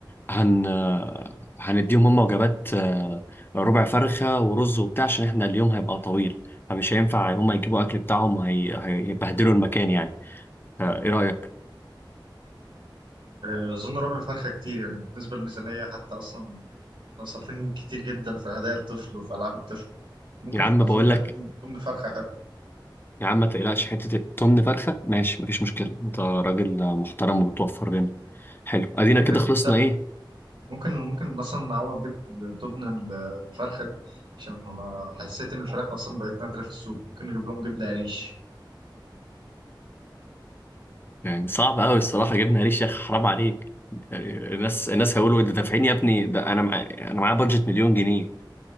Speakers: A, on the left (about 25°); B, on the right (about 80°).
A: هن هنديهم هم وجبات آه، ربع فرخة ورز وبتاع عشان احنا اليوم هيبقى طويل فمش هينفع هم يجيبوا أكل بتاعهم وهيبهدلوا المكان يعني آه، إيه رأيك؟
B: آه، اظن ربع فرخه كتير يعني بالنسبه للميزانيه حتى اصلا احنا صارفين كتير جدا في هدايا الطفل وفي العاب الطفل ممكن
A: يا عم
B: اظن
A: بقول
B: انها
A: لك
B: تكون تكون فرخه حلوه
A: يا عم ما تقلقش حتة تمن فرخة ماشي مفيش مشكلة أنت راجل محترم وبتوفر لنا حلو أدينا
B: وممكن
A: كده خلصنا
B: س-
A: إيه؟
B: ممكن ممكن مثلا نعوض جبن تبن الفرخه دي عشان انا حسيت ان الفراخ اصلا بقت نادره في السوق ممكن نجيب لهم جبنه قريش
A: يعني صعب قوي الصراحه جبنا ريش يا اخي حرام عليك يعني الناس الناس هيقولوا انت دافعين يا ابني ده انا مع... انا معايا بادجت مليون جنيه